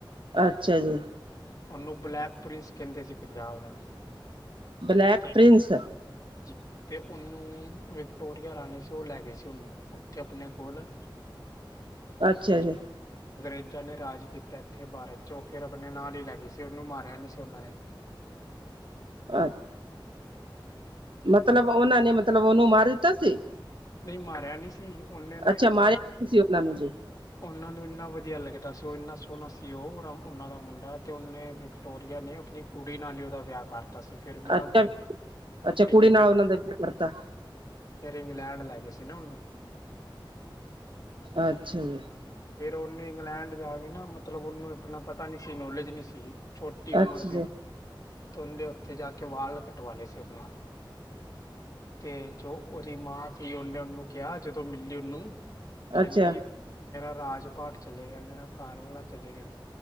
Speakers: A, on the right; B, on the left.
A: ਅੱਛਾ ਜੀ।
B: ਉਹਨੂੰ ਬਲੈਕ ਪ੍ਰਿੰਸ ਕਹਿੰਦੇ ਸੀ ਪੰਜਾਬ ਦਾ।
A: ਬਲੈਕ
B: ਤੇ
A: ਪ੍ਰਿੰਸ।
B: ਜੀ। ਤੇ ਉਹਨੂੰ ਵਿਕਟੋਰੀਆ ਰਾਣੀ ਸੀ, ਉਹ ਲੈ ਗਏ ਸੀ ਉਹਨੂੰ ਉੱਥੇ ਆਪਣੇ ਕੋਲ
A: <inaudible> ਅੱਛਾ
B: ਅੰਗਰੇਜ਼ਾਂ
A: ਜੀ
B: ਨੇ ਰਾਜ ਕੀਤਾ ਇੱਥੇ ਭਾਰਤ ਚ ਉਹ ਫਿਰ ਆਪਣੇ ਨਾਲ ਹੀ ਲੈ ਗਈ। ਉਹਨੂੰ ਮਾਰਿਆ ਨੀ ਸੀ, ਉਹਨਾਂ ਨੇ
A: <inaudible> ਮਤਲਬ ਓਨਾਂ ਨੇ ਮਤਲਬ ਓਨੂੰ ਮਾਰ ਦਿੱਤਾ ਸੀ।
B: ਨਹੀ ਮਾਰਿਆ ਨੀ ਸੀ ਓਨੇ ਨੇ
A: ਅੱਛਾ ਮਾਰਿਆ
B: ਆਪਣੇ
A: ਸੀ ਉਹਨਾਂ ਨੂੰ ਜੀ
B: ਓਨਾਂ ਨੂੰ ਇੰਨਾ ਵਧੀਆ ਲੱਗਦਾ ਸੀ ਓ ਇੰਨਾ ਸੋਣਾ ਸੀ ਓ ਓਰ ਓਨਾਂ ਦਾ ਮੁੰਡਾ ਤੇ ਉਹਨੇ ਵਿਕਟੋਰੀਆ ਨੇ ਆਪਣੀ ਕੁੜੀ ਨਾਲ ਈ ਓਦਾ ਵਿਆਹ ਕਰਤਾ ਸੀ। ਫਿਰ ਵਿਆਹ
A: ਅੱਛਾ
B: ਕਰਕੇ
A: ਅੱਛਾ ਕੁੜੀ
B: ਇੰਗਲੈਂਡ
A: ਨਾਲ ਉਹਨਾਂ ਦਾ ਵਿਆਹ ਕਰਤਾ
B: ਫਿਰ ਇੰਗਲੈਂਡ ਲੈਗੇ ਸੀ ਉਹ ਨੂੰ।
A: ਅੱਛਾ ਜੀ।
B: ਫੇਰ ਓਨੇ ਇੰਗਲੈਂਡ ਜਾ ਕੇ ਨਾ ਮਤਲਬ ਓਨੂੰ ਆਪਣਾ ਪਤਾ ਨੀ ਸੀ ਨੌਲੇਜ ਨੀ ਸੀ। ਛੋਟੀ ਉਮਰ
A: ਅੱਛਾ
B: ਸੀ
A: ਜੀ
B: ਤੇ ਓਨੇ ਉੱਥੇ ਜਾ ਕੇ ਵਾਲ ਕਟਵਾ ਲਏ ਸੀ ਆਪਣੇ। ਤੇ ਜੋ ਓਦੀ ਮਾਂ ਕੀ ਓਨੇ ਓਨੂੰ ਕਿਆ ਜਦੋਂ ਮਿਲੀ ਓਨੂੰ ਕੈਂਦੀ
A: ਅੱਛਾ
B: ਮੇਰਾ ਰਾਜ ਪਾਟ ਚਲਾ ਗਿਆ ਮੇਰਾ ਘਰਵਾਲਾ ਚਲਾ ਗਿਆ।